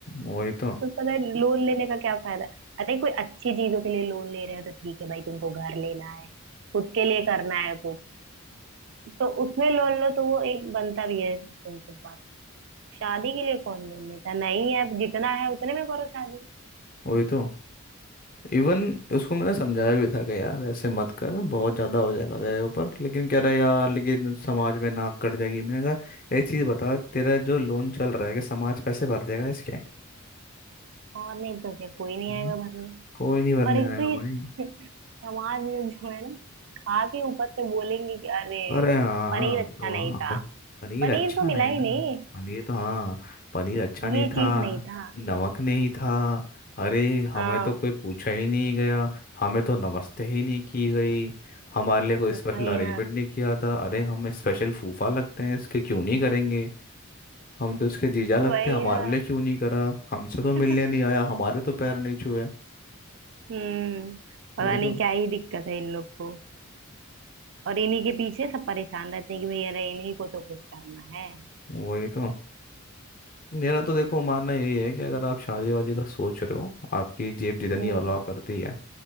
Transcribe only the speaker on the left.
वही तो
वही तो इवन उसको मैंने समझाया भी था कि यार ऐसे मत कर बहुत ज़्यादा हो जाएगा तेरे ऊपर लेकिन कह रहा है यार लेकिन समाज में नाक कट जाएगी मैंने कहा एक चीज़ बता तेरा जो लोन चल रहा है कि समाज पैसे भर देगा इसके
हम्म।
कोई नहीं भरने
आएगा
भाई
अरे हाँ
वो
तो
हाँ
था। पनीर
अच्छा
नहीं
था
पनीर तो हाँ पनीर अच्छा नहीं
था
नमक नहीं था अरे हमें
तो कोई पूछा ही नहीं गया हमें तो नमस्ते ही नहीं की गई हमारे लिए कोई
स्पेशल अरेंजमेंट
नहीं किया था अरे हम स्पेशल फूफा लगते हैं इसके क्यों नहीं करेंगे हम तो इसके जीजा लगते
हैं हमारे
लिए क्यों नहीं करा हमसे तो मिलने
नहीं आया हमारे तो पैर नहीं छुए
वही
तो
वही तो मेरा तो देखो मानना यही है कि अगर आप शादी वादी का सोच रहे हो आपकी जेब जितनी
अलाउ करती है